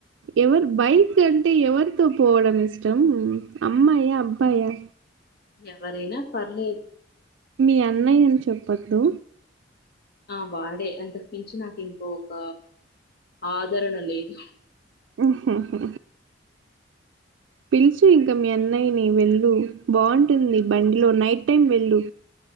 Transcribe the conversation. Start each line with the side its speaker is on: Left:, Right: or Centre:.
Right: ఎవరు బై బైక్ అంటే ఎవరితో పోవడం ఇష్టం అమ్మాయా అబ్బాయా.
Left: ఎవరైనా పర్లేదు
Right: మీ అన్నయ్య అని చెప్పొద్దు
Left: ఆ వాడే అంతకుమించి నాకు ఇంకో ఒక ఆదరణ లేదు.
Right: ఉ హు హు పిల్చి ఇంకా మీ అన్నయ్యని వెళ్ళు బాగుంటుంది బండిలో నైట్ టైమ్ వెళ్ళు.